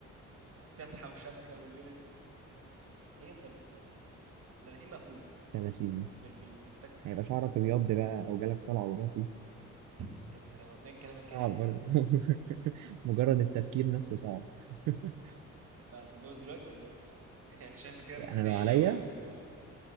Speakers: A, on the right (about 50°); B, on the right (about 80°).
A: وفتحة وشبكة والليلة دي هي 30 سنة 30 مقفولة
B: 30
A: بال بال بالتكة
B: هيبقى شعرك ابيض بقى او جالك صلع وراثي
A: انت انت مبدئيا كلامك جارح
B: صعب
A: جدا
B: برضه <laughs>
A: ماشي
B: مجرد التفكير نفسه صعب <laughs>
A: انت هتتجوز دلوقتي ولا ايه؟ <laughs> يعني شايف كده متفائل
B: انا لو عليا
A: قوي و